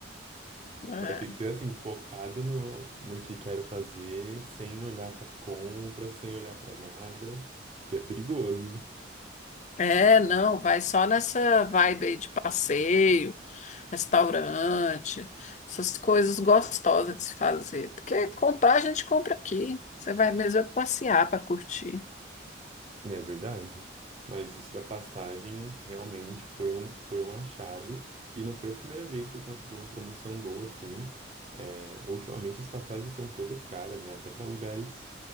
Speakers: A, on the right; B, on the left.
A: <laughs>
B: É,
A: Vai ter que ser assim, focado no, no que quero fazer, sem olhar para compra, sem olhar para nada, que é perigoso.
B: É, não, vai só nessa vibe aí de passeio. restaurante, essas coisas gostosas de se fazer. Porque comprar a gente compra aqui. Você vai mesmo é passear para curtir.
A: Não é verdade? Mas isso da passagem realmente foi um, foi um achado. E não foi a primeira vez que eu consegui uma promoção boa assim. É, ultimamente as passagens são todas caras, né? Até para lugares